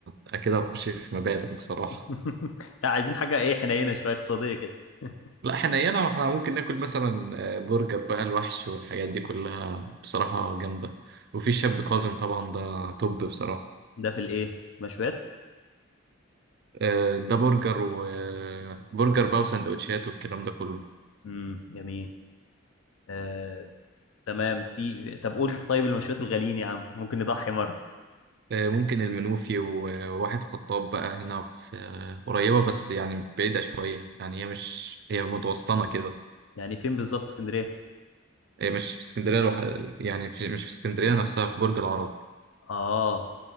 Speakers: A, on the right; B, on the left.
A: اكيد هتخش في مبالغ بصراحه
B: <laughs> لا عايزين حاجه ايه حنينه شويه اقتصاديه كده <laughs>
A: لا احنا هنا احنا ممكن ناكل مثلا آه، برجر بقى الوحش والحاجات دي كلها بصراحة جامدة وفي شاب كاظم طبعا ده توب بصراحة
B: ده في الايه مشويات
A: آه، ده برجر وبرجر بقى وسندوتشات والكلام ده كله
B: امم جميل آه، تمام في طب قول طيب المشويات الغاليين يا عم ممكن نضحي مره
A: آه، ممكن المنوفي و- وواحد خطاب بقى هنا في آه، قريبة بس يعني بعيدة شوية يعني هي مش هي متوسطنة كده
B: يعني فين بالظبط في اسكندريه
A: هي مش في اسكندرية لوحدها يعني في- مش في اسكندرية نفسها في برج العرب
B: اه